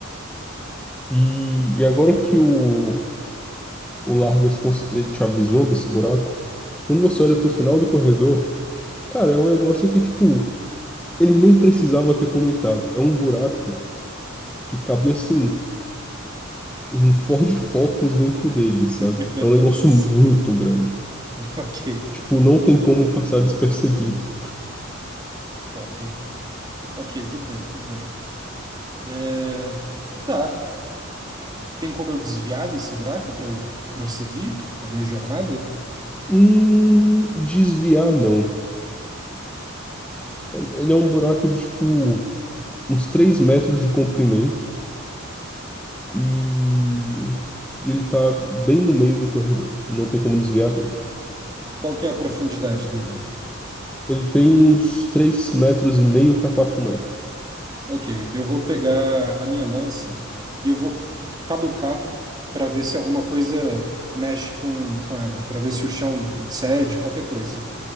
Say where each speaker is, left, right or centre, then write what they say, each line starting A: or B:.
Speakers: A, in the centre; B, on the right.
A: E, e agora que o, o Largas cons- ele te avisou desse buraco, quando você olha pro final do corredor, cara, é um negócio que, tipo, ele nem precisava ter comentado. É um buraco que cabe assim. um Ford Focus dentro dele,
B: <laughs>
A: sabe? É um negócio
B: Sim.
A: muito grande.
B: Ok,
A: Tipo, não tem como passar despercebido.
B: foda. Ok, tudo bem, tudo bem. É, tá. Tem como eu desviar desse buraco para eu prosseguir a minha jornada?
A: Hum, desviar, não. Ele é um buraco de, tipo, uns 3 metros de comprimento e... e ele tá bem no meio do corredor. Não tem como desviar dele.
B: Qual que é a profundidade dele?
A: Ele tem uns 3 metros e meio para 4 metros.
B: Ok, eu vou pegar a minha lança e eu vou caducar para ver se alguma coisa mexe com, com ela, para ver se o chão cede, qualquer coisa.